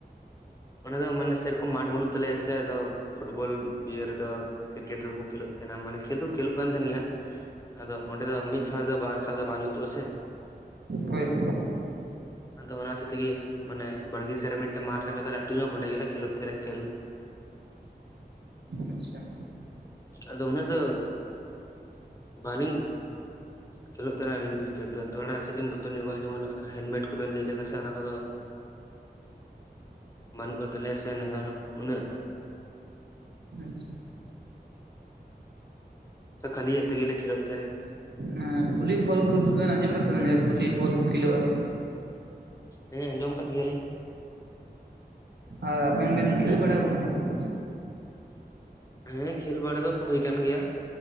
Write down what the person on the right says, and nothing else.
ᱦᱳᱭ ᱦᱳᱭ
ᱟᱪᱪᱷᱟ᱾
ᱟᱪᱪᱷᱟ᱾
ᱚᱱᱟ ᱵᱷᱩᱞᱤ ᱵᱷᱚᱞ ᱠᱚ ᱫᱚᱵᱮᱱ ᱟᱸᱡᱚᱢ ᱠᱟᱫ ᱛᱟᱦᱮ ᱥᱮ ᱵᱟᱝ ᱡᱟᱦᱟᱸ ᱵᱷᱩᱞᱤᱵᱚᱞ ᱠᱚ ᱠᱷᱮᱞᱳᱜᱼᱟ᱾
ᱟᱨ ᱟᱵᱮᱱ ᱵᱮᱱ ᱠᱷᱮᱞ ᱵᱟᱲᱟᱣ ᱠᱟᱱᱟ ᱥᱮ ᱵᱟᱝ